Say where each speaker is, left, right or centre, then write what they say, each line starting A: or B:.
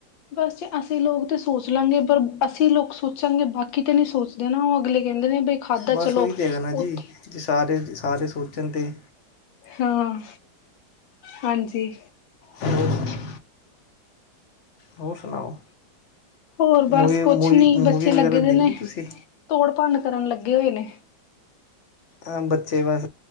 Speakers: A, on the left; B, on the left.
A: ਬਸ ਜੇ ਅਸੀਂ ਲੋਕ ਤਾਂ ਸੋਚ ਲਾਂਗੇ ਪਰ ਅਸੀਂ ਲੋਕ ਸੋਚਾਂਗੇ ਬਾਕੀ ਤਾਂ ਨਹੀਂ ਸੋਚਦੇ ਨਾ ਉਹ ਅਗਲੇ। ਕਹਿੰਦੇ ਨੇ ਬਈ ਖਾਧਾ
B: ਬਸ
A: ਚਲੋ
B: ਉਹੀ ਤਾਂ ਹੈਗਾ ਨਾ ਜੀ
A: ਉੱਥੇ।
B: ਸਾਰੇ ਸਾਰੇ ਜੇ ਸੋਚਣ 'ਤੇ।
A: ਹਾਂ ਹਾਂਜੀ।
B: ਹੋਰ ਹੋਰ ਸੁਣਾਓ।
A: ਹੋਰ
B: ਮੂਵੀ
A: ਬਸ
B: ਮੂਵੀ
A: ਕੁਛ ਨੀ
B: ਮੂਵੀ
A: ਬੱਚੇ
B: ਵਗੈਰਾ
A: ਲੱਗੇ ਦੇ
B: ਦੇਖਦੇ
A: ਨੇ
B: ਤੁਸੀਂ
A: ਤੋੜ ਭੰਨ ਕਰਨ ਲੱਗੇ ਹੋਏ ਨੇ।
B: ਅਹ ਬੱਚੇ ਬਸ